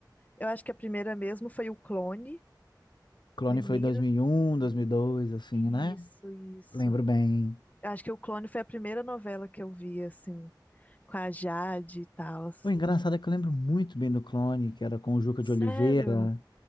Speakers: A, on the left; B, on the left.
A: eu acho que a primeira mesmo foi o Clone,
B: Clone
A: primeira
B: foi dois dois mil
A: das
B: mil
A: primeiras.
B: e um, dois mil e dois, assim,
A: Isso,
B: né?
A: isso.
B: Lembro bem.
A: Eu acho que o Clone foi a primeira novela que eu vi assim, com a Jade e tal.
B: O engraçado é que eu lembro muito bem do Clone, que era com o Juca de Oliveira,
A: Sério?